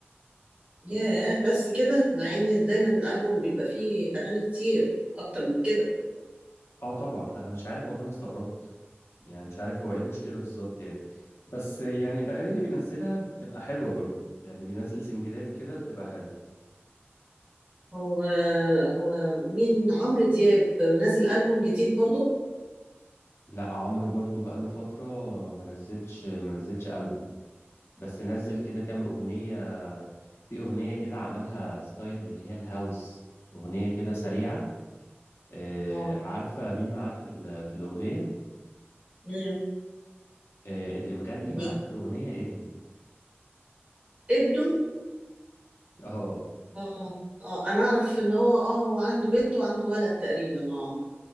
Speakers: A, on the right; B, on the left.
A: ياه بس كده مع إن دايما الألبوم بيبقى فيه أغاني كتير أكتر من كده
B: أه طبعا أنا مش عارف والله أنا استغربت يعني مش عارف هو إيه المشكلة بالظبط يعني بس يعني الأغاني اللي بينزلها بتبقى حلوة برضو يعني بينزل سنجلات كده بتبقى حلوة
A: هو هو مين عمرو دياب نازل ألبوم جديد برضه
B: لا عمرو برضو بقاله فترة ما نزلش ما نزلش ألبوم بس نزل كده كام أغنية في أغنية كده عملها ستايل اللي هي الهاوس أغنية كده سريعة آه،
A: اه
B: عارفة مين معاه في ال- في الأغنية
A: مين
B: آه، اللي مغني
A: مين
B: معاه في الأغنية ابنه
A: ابنه
B: اه
A: اه اه انا اعرف ان هو اه هو عنده بنت وعنده ولد تقريبا اه